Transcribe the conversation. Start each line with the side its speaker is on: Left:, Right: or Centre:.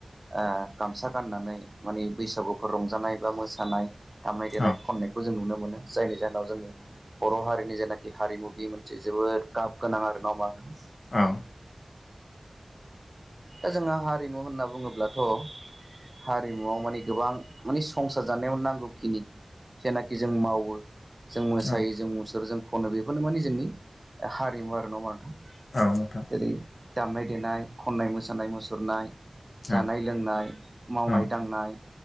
Right: ओ गामसा गाननानै माने बैसागुफोर रंजानाय बा मोसानाय दामनाय देनाय
Left: औ
Right: खननायखौ जों नुनो मोनो जायनि जाहोनाव जोंनि बर' हारिनि जेनाखि हारिमु बेयो मोनसे जोबोद गाब गोनां आरो नङा होमबा नोंथां
Left: औ
Right: दा जोंहा हारिमु होनना बुङोब्लाथ' हारिमुवआव माने गोबां माने संसार जानायाव नांगौखिनि जेनाखि जों मावो जों मोसायो
Left: औ
Right: जों मुसुरो जों खनो बेफोरनो माने जोंनि हारिमु आरो नङा होमबा नोंथां
Left: औ नोंथां
Right: जेरै दामनाय देनाय खन्नाय मोसानाय मुसुरनाय
Left: औ
Right: जानाय लोंनाय मावनाय
Left: औ
Right: दांनाय